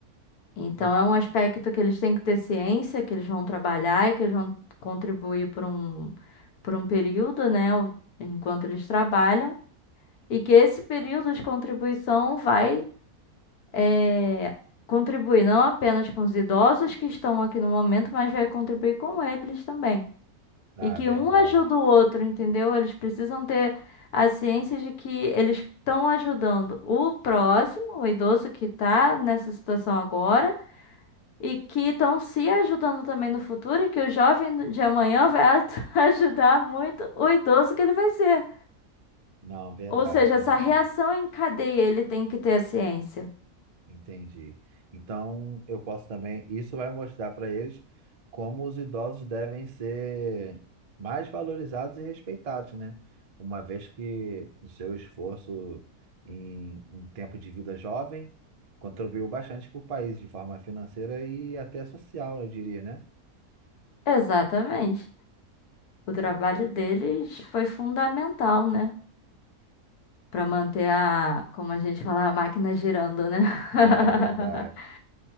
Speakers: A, on the left; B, on the right.
A: Então,
B: Hum,
A: é um aspecto que eles têm que ter ciência, que eles vão trabalhar e que eles vão contribuir por um, por um período, né, o- enquanto eles trabalham, e que esse período de contribuição vai é, contribuir não apenas com os idosos que estão aqui no momento, mas vai contribuir com eles também.
B: Ah,
A: E que
B: verdade.
A: um ajuda o outro, entendeu? Eles precisam ter a ciência de que eles estão ajudando o próximo, o idoso que está nessa situação agora, e que estão se ajudando também no futuro, e que o jovem de amanhã vai atu- <laughs> ajudar muito o idoso que ele vai ser.
B: Não, verdade,
A: Ou seja,
B: verdade.
A: essa reação em cadeia ele tem que ter a ciência.
B: Entendi. Então, eu posso também. Isso vai mostrar para eles como os idosos devem ser mais valorizados e respeitados, né? Uma vez que o seu esforço em, em tempo de vida jovem contribuiu bastante para o país de forma financeira e até social, eu diria, né?
A: Exatamente. O trabalho deles foi fundamental, né? Para manter a, como a gente fala, a máquina girando, né? <laughs>
B: É verdade.